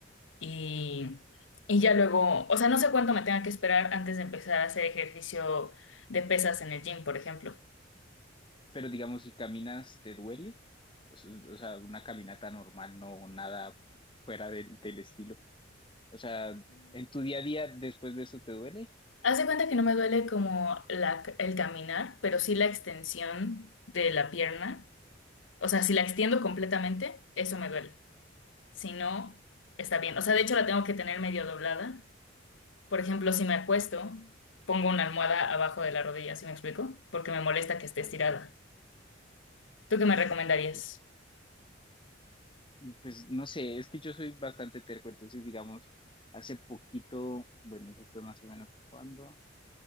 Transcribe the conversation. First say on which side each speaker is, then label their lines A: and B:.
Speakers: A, on the left; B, on the left.
A: y, y ya luego, o sea, no sé cuánto me tenga que esperar antes de empezar a hacer ejercicio de pesas en el gym, por ejemplo.
B: Pero digamos, si caminas, ¿te duele? O s- o sea, una caminata normal, no nada fuera del del estilo. O sea, ¿en tu día a día después de eso te duele?
A: Haz de cuenta que no me duele como la, el caminar, pero sí la extensión de la pierna. O sea, si la extiendo completamente, eso me duele. Si no, está bien. O sea, de hecho la tengo que tener medio doblada. Por ejemplo, si me acuesto, pongo una almohada abajo de la rodilla, ¿sí me explico? Porque me molesta que esté
B: Ok,
A: estirada. ¿Tú qué me recomendarías?
B: ok. Y pues no sé, es que yo soy bastante terco, entonces digamos, hace poquito, bueno, eso fue más o menos cuando,